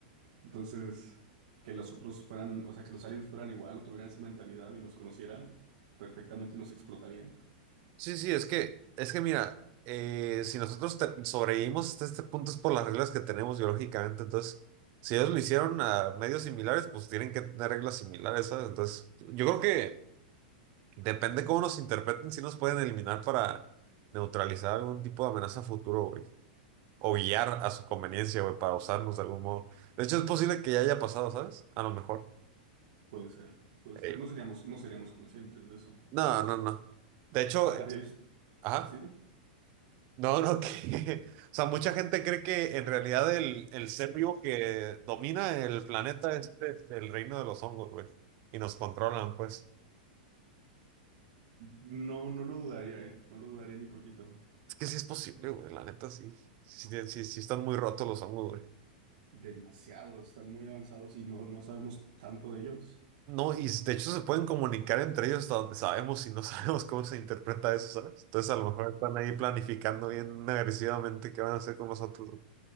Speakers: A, on the right (about 55°); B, on the right (about 30°).
A: Entonces, que los otros fueran, o sea, que los aliens fueran igual o tuvieran esa mentalidad y nos conocieran, perfectamente nos explotarían.
B: Sí, sí, es que, es que mira, eh, si nosotros te- sobrevivimos hasta este punto es por las reglas que tenemos biológicamente, entonces, si ellos lo hicieron a medios similares, pues tienen que tener reglas similares, ¿sabes? Entonces, yo creo que depende cómo nos interpreten, si nos pueden eliminar para neutralizar algún tipo de amenaza a futuro, güey. o guiar a su conveniencia, güey, para usarlos de algún modo. De hecho, es posible que ya haya pasado, ¿sabes? A lo mejor.
A: Puede ser, puede
B: Eh,
A: ser. No seríamos, no seríamos conscientes de eso.
B: no, no, no. De hecho,
A: ¿Ha-
B: eh,
A: ¿Había visto?
B: ajá.
A: ¿Sí, no?
B: No, no, que. <laughs> O sea, mucha gente cree que en realidad el, el ser vivo que domina el planeta es este, el reino de los hongos, güey. Y nos controlan, pues.
A: No, no lo dudaría, ¿eh? No lo dudaría ni poquito.
B: Es que sí es posible, güey. La neta, sí. Sí, sí, sí sí están muy rotos los hongos, güey.
A: Demasiado, están muy avanzados y no, no sabemos tanto de ellos.
B: No, y de hecho se pueden comunicar entre ellos hasta donde sabemos y no <laughs> sabemos cómo se interpreta eso, ¿sabes? Entonces a lo mejor están ahí planificando bien agresivamente qué van a hacer con nosotros. ¿no?